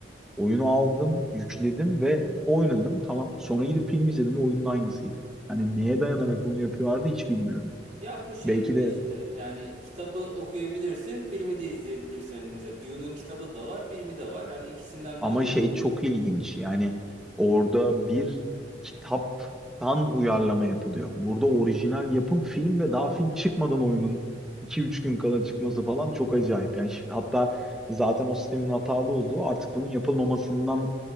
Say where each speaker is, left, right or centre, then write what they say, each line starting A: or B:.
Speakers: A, in the centre; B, on the right.
A: Oyunu aldım, yükledim ve oynadım. Tamam. Sonra gidip film izledim ve oyunun aynısıydı. Hani neye dayanarak bunu yapıyorlardı hiç bilmiyorum.
B: Ya bu şey
A: Belki
B: gibi
A: de
B: işte. Yani kitabı okuyabilirsin. Filmi de izleyebilirsin. Hani mesela Dune'un kitabı da var. Filmi de var. Hani ikisinden
A: Ama
B: birini
A: şey çok ilginç. Yani orada bir kitaptan uyarlama yapılıyor. Burada orijinal yapım film ve daha film çıkmadan oyunun iki üç gün kala çıkması falan çok acayip. Yani şi- hatta zaten o sistemin hatalı olduğu artık bunun yapılmamasından